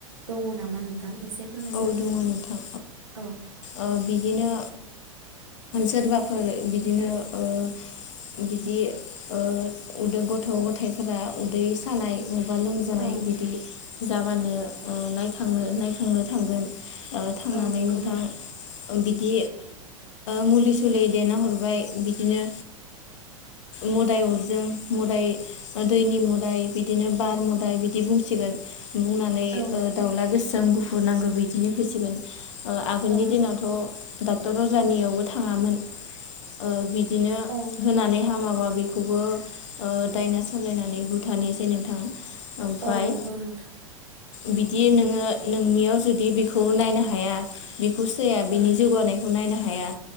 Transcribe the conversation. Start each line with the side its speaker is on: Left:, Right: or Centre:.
Right: दङ नामा नोंथां? एसे फोरमायना
Left: औ
Right: होदो
Left: दङ नोंथां
Right: औ
Left: औ बिदिनो सोरबाफोर बिदिनो ओ बिदि ओ उन्दै गथ' गथायाइफोरा उदै सानाय माबा लोमजानाय
Right: औ
Left: बिदि जाबानो ओ नायखांनो नायखांनो थांगोन ओ थांनानै
Right: औ नंगौ
Left: नोंथां
Right: नोंथा
Left: बिदि मुलि सुलि देना हरबाय बिदिनो मोदाय अरदों मोदाय दैनि मोदाय बिदिनो बार मोदाय बिदि बुंसिगोन बुंनानै
Right: औ नंगौ
Left: ओ दाउला गोसोम गु खौ नांगौ बिदिनो होसिगोन। आगोलनि
Right: औ नंगौ
Left: दिनावथ डाक्टर अजानियावबो थाङामोन ओ बि बिदिनो
Right: औ
Left: होनानै हामाबा बेखौबो ओ दायना सालायनानै बुथारनोसै नोंथां ओमफाय
Right: औ नंगौ नोंथां
Left: बिदि नोङो नोंनियाव जुदि बेखौ नायनो हाया बिखौ सैया
Right: औ
Left: बिनि
Right: औ
Left: जौगानायखौ नायनो हाया।